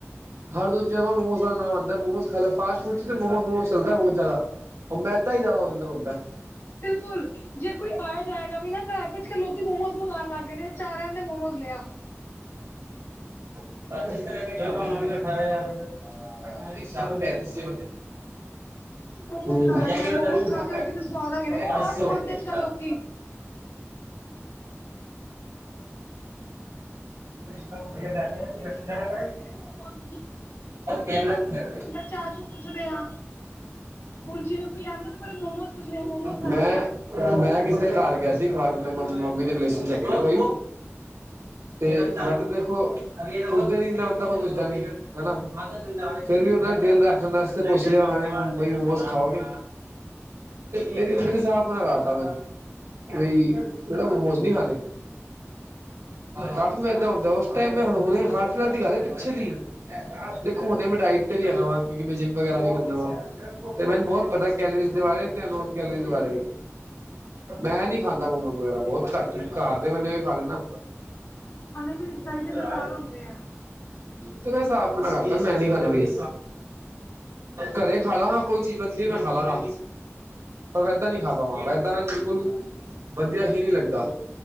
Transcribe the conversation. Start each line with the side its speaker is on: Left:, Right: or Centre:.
Right: ਹਰ ਰੋਜ਼ ਜ ਮੋਮੋ ਦਾ ਨ ਆਂਦਾ ਮੋ ਖ ਫਾਸ ਫੂ ਚ ਮੋਸ ਮੋਸ ਚਲਦਾ ਬਹੁਤ ਜ਼ਿਆਦਾ। ਉਹ ਮੈਦਾ ਹੀ ਜ਼ਿਆਦਾ ਉਹਦੇੰ ਅੰਦਰ ਹੁੰਦਾ।
Left: ਬਿਲਕੁਲ ਜੇ ਕੋਈ ਆਏ। ਜਾਏਗਾ ਵੀ ਨਾ ਘਰ ਲੋਕੀ ਮੋਮੋਜ਼ ਮੰਗਵਾਉਣ ਲੱਗ ਗਏ ਚਾਰ ਦੇ ਮੋਮੋਜ਼ ਲਿਆ।
Right: ਅਠਾਰਾਂ ਹਜ਼ਾਰ ਰ ਸ ਪੈਂਤੀ
Left: ਅਸੀਂ ਮੋਮੋਸ
Right: <inaudible>
Left: ਖਾ ਲੈਂਦੇ ਹਾਂ ਮੋਮੋਸ ਖਾ ਕੇ ਕਿੰਨੇ ਸਵਾਦ ਹੈਗੇ ਨੇ
Right: ਹੋਰ
Left: ਉਹ ਆਪ ਖਵਾਉਂਦੇ ਅੱਜ ਕੱਲ੍ਹ ਲੋਕੀ
Right: ਸੁਨ
Left: ਇੱਕ ਕਿੰਨਾ ਉਹ
Right: ਪੜੇ
Left: ਪਾਉਂਦੇ ਨੇ ਮੋਮੋਸ
Right: <inaudible>
Left: ਚਾਚੂ ਪੁੱਛਦੇ ਆ। ਹੁਣ ਜਿਵੇਂ ਕੋਈ ਆਂਦਾ ਨੂੰ ਪਹਿਲੇ ਮੋਮੋਸ ਪੁੱਛਦੇ ਆ ਮੋਮੋਸ
Right: ਮੈਂ
Left: ਖਾਓਗੇ
Right: ਮੈਂ ਕਿਸੇ ਦੇ ਘਰ ਗਿਆ ਸੀ ਫਾਰਮ ਮੰਮੀ ਦੇ ਰਿਲੇਸ਼ਨ ਚ ਹੈਗੇ ਨੇ ਕੋਈ। ਤੇ ਮੈਂ ਤਾਂ ਦੇਖੋ ਪੁੱਛਦੇ ਨੀ ਬੰਦਾ ਕੋਈ ਪੁੱਛਦਾ ਨੀ ਹਨਾ। ਫੇਿਰ ਵੀ ਉਹਨਾਂ ਨੇ ਦਿਲ ਰੱਖਣ ਵਾਸਤੇ ਪੁੱਛ ਲਿਆ ਉਹਨਾਂ ਨੇ ਬਈ ਮੋਮੋਸ ਖਾਓਗੇ। ਮੇਰੀ ਮੰਮੀ ਨੇ ਸਾਫ ਮਨਾ ਕਰਤਾ। ਕਿ ਬਈ ਬੇਟਾ ਮੋਮੋਸ ਨਹੀਂ ਖਾਣੇ। ਕਾਫ਼ੀ ਮੈਦਾ ਹੁੰਦਾ ਉਸ ਟਾਈਮ ਮੈਂ ਹੁਣੇ ਹਾਲ ਫਿਲਹਾਲ ਦੀ ਗੱਲ ਪਿੱਛੇ ਦੀ। ਦੇਖੋ ਹੁਣੇ ਮੈਂ ਡਾਇਟ ਤੇ ਵੀ ਹੈਗਾ ਵਾਂ ਕਿਉਕਿ ਮੈਂ ਜਿੰਮ ਵਗੈਰਾ ਵੀ ਕਰਨਾ ਵਾ ਤੇ ਮੈਨੂੰ ਬਹੁਤ ਪਤਾ। ਕੈਲਰੀਜ਼ ਦੇ ਬਾਰੇ ਤੇੋ ਨੋਨ ਕੈਲਰੀ ਬਾਰੇ ਵੀ। ਮੈਂ ਨੀ ਖਾਂਦਾ ਮੋਮੋਸ ਵਗੈਰਾ ਬਹੁਤ ਘੱਟ ਘਰ ਦੇ ਬਣੇ ਹੋਏ ਖਾ ਲੈਦਾ।
Left: ਖਾਣੇ ਵੀ ਨਹੀਂ ਚਾਹੀਦੇ
Right: ਰਾ
Left: ਬੇਕਾਰ ਹੁੰਦੇ ਆ
Right: ਤੇ ਮੈਂ ਸਾਫ਼ ਮਨਾ ਕਰਤਾ ਮੈਂ ਨੀ ਖਾਣਾ ਭਈਆ। ਘਰੇ ਖਾ ਲਾਗਾ ਕੋਈ ਚੀਜ਼ ਬਣਦੀ ਮੈਂ ਖਾ ਲਗਾਂ ਇਦਾਂ ਨੀ ਖਾ ਪਾ। ਮੈਦਾ ਬਿਲਕੁਲ ਵਧੀਆ ਹੀ ਨੀ ਲੱਗਦਾ।